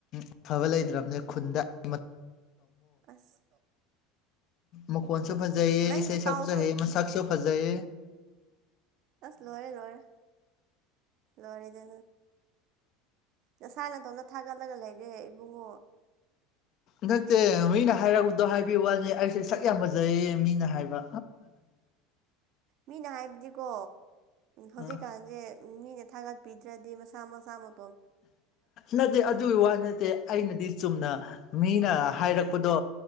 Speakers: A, on the left; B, on the right.
A: ꯑꯐꯕ ꯂꯩꯇ꯭ꯔꯕꯅꯦ ꯈꯨꯟꯗ ꯑꯩ
B: ꯑꯁ
A: ꯃ ꯀꯣꯟꯁꯨ ꯐꯖꯩ
B: ꯅꯪꯒꯤ
A: ꯏꯁꯥ ꯏꯁꯥꯕꯨꯖꯩ
B: ꯄꯥꯎꯁꯨ
A: ꯃꯩꯁꯥꯁꯨꯁꯨ ꯐꯖꯩ
B: ꯑꯁ ꯂꯣꯔꯦ ꯂꯔꯦ ꯂꯔꯗ ꯅꯁꯥꯏꯅꯗꯣꯝꯅ ꯊꯥꯒꯠꯂꯒ ꯂꯩꯔꯦ ꯏꯕꯨꯡꯉꯣ
A: ꯅ ꯍꯧꯣꯏꯅ ꯍꯥꯏꯔꯛꯗꯣ ꯍꯥꯏꯕꯤ ꯋꯥꯅꯤ ꯑꯩꯁꯦ ꯁꯛ ꯌꯥꯝ ꯐꯖꯩꯌꯦ ꯃꯤꯅ ꯍꯥꯏꯕ
B: ꯃꯤꯅ ꯍꯥꯏꯕꯗꯤꯀꯣ ꯍꯧꯖꯤꯛꯀꯥꯟꯁꯦ
A: ꯎꯝ
B: ꯃꯤꯅ ꯊꯥꯒꯠꯄꯤꯗ꯭ꯔꯗꯤ ꯃꯁꯥ ꯃꯁꯥ ꯃ
A: ꯅꯠꯇꯦ ꯑꯗꯨꯒꯤ ꯋꯥ ꯅꯠꯇꯦ ꯑꯩꯅꯗꯤ ꯆꯨꯝꯅ ꯃꯤꯅ ꯍꯥꯏꯔꯛꯄ ꯆꯄꯗꯣ